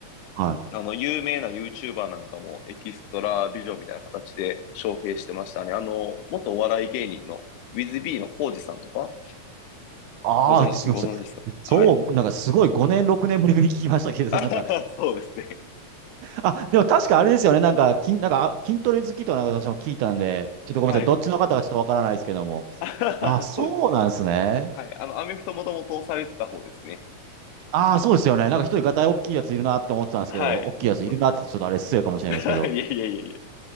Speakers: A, on the right; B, on the left.
A: はい。
B: あの、有名な YouTuber なんかもエキストラビジョンみたいな形で招聘してましたね。あの、元お笑い芸人の WithB のコウジさんとか、
A: ああ、
B: ご存、
A: すみません。
B: ご存知ですかはい。
A: そう、なんかすごい5年、6年ぶりに聞きましたけど、
B: <laughs> あははそうですね。
A: なんか、あ、でも確かあれですよね、なんか、筋、なんか、あ筋トレ好きとなんか私も聞いたんで、ちょっとごめんなさい、
B: はい。
A: どっちの方がちょっとわからないですけども。
B: <laughs> あははそうですね。
A: あ、そうなんですね。
B: はい。あの、アメフトもともとされてた方ですね。
A: ああ、そうですよね。なんか一人ガタイ大きいやついるなって思ってたんですけど、
B: はい。
A: 大きいやついるなってちょっとあれ失礼かもしれないですけど。
B: そ <laughs> いやいやいやいや。